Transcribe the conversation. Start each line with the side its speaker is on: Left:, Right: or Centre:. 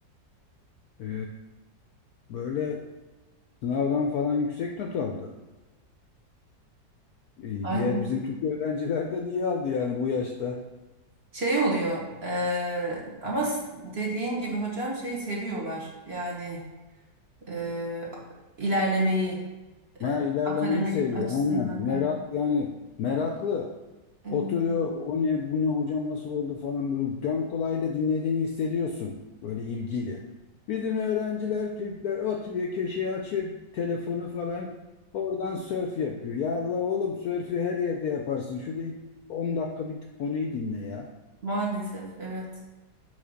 Left: Ee, böyle sınavdan falan yüksek not aldı. İyi,
Right: Aynen.
Left: diğer bizim Türk öğrenciler de niye aldı yani bu yaşta?
Right: Şey oluyor. ee, ama s- dediğin gibi hocam şey seviyorlar. Yani ee, ilerlemeyi ee,
Left: Ha, ilerlemeyi
Right: akademik
Left: seviyor
Right: açısından.
Left: aynen. Merak
Right: Evet.
Left: yani meraklı.
Right: Evet.
Left: Oturuyor o ne bu ne hocam nasıl oldu falan böyle dön kulağıyla dinlediğini hissediyorsun böyle ilgiyle. Bizim öğrenciler Türkler oturuyor köşeye açıyor telefonu falan oradan sörf yapıyor. Ya la oğlum sörfü her yerde yaparsın. Şurada ilk 10 dakika bir konuyu dinle ya.
Right: Maalesef evet.